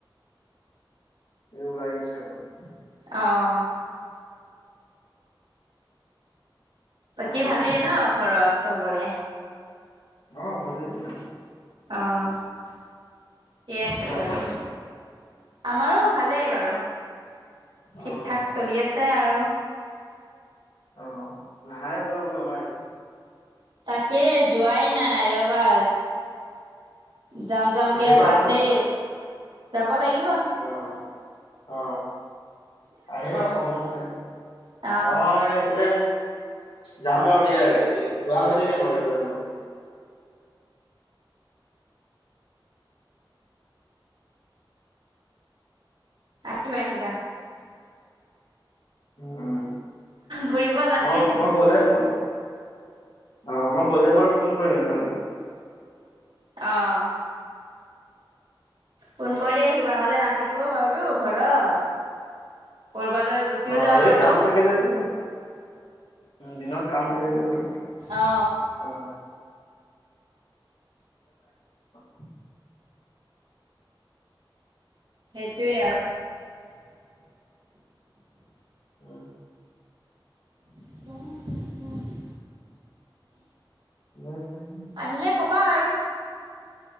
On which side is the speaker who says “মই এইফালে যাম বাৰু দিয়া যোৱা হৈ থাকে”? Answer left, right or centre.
Left